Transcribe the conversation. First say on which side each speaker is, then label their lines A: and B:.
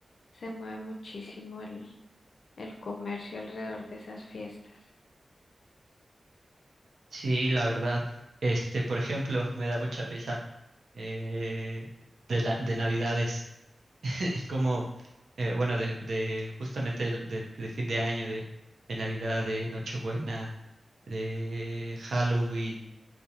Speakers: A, on the left (about 80°); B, on the right (about 80°).
A: se mueve muchísimo el, el comercio alrededor de esas fiestas.
B: Sí, la verdad. Este, por ejemplo, <laughs> me da mucha risa eh, de la, de Navidades. como, eh, bueno, de, de justamente del, del- de fin de año, de, de Navidad, de Nochebuena, de Halloween,